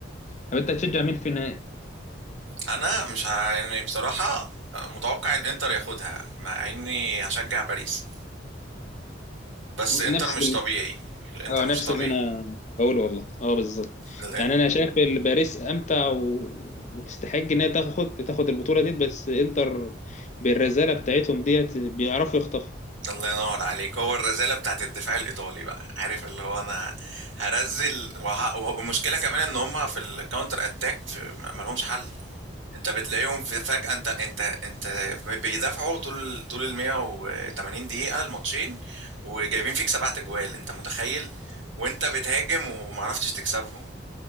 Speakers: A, on the left; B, on the right.
A: طب انت هتشجع مين في النهائي؟
B: انا مش ه... يعني بصراحة متوقع ان انتر ياخدها مع اني هشجع باريس بس انتر
A: نفس
B: مش طبيعي الانتر
A: اه
B: مش
A: نفس
B: طبيعي
A: اللي انا بقوله والله اه بالظبط
B: الانتر
A: يعني انا شايف ال- باريس امتع و... وتستحق انها تاخد تاخد البطوله ديت بس انتر بالرزاله بتاعتهم ديت بيعرفوا يخطفوا
B: الله ينور عليك هو الرذالة بتاعة الدفاع الإيطالي بقى عارف اللي هو أنا هرزل وه... وه- والمشكلة كمان إن هما في الكاونتر أتاك في... ما لهمش حل أنت بتلاقيهم في فجأة أنت أنت أنت بيدافعوا طول طول ال 180 دقيقة الماتشين وجايبين فيك سبع تجوال أنت متخيل وأنت بتهاجم ومعرفتش تكسبهم